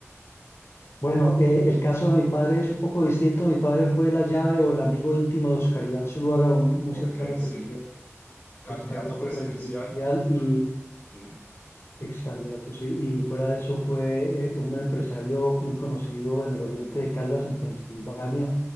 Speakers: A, on the left (about 55°); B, on the left (about 30°).
A: Bueno, eh, el caso de mi padre es un poco distinto. Mi padre fue la llave o el amigo íntimo de Oscar Iván Zuluaga, un, muy
B: Ok,
A: cercano al
B: sí.
A: presidente,
B: Candidato
A: es candidato
B: presidencial,
A: presidencial y
B: sí.
A: Ex candidato, sí. Y fuera de eso fue eh, un empresario muy conocido en el oriente de Caldas, en Pensilvania.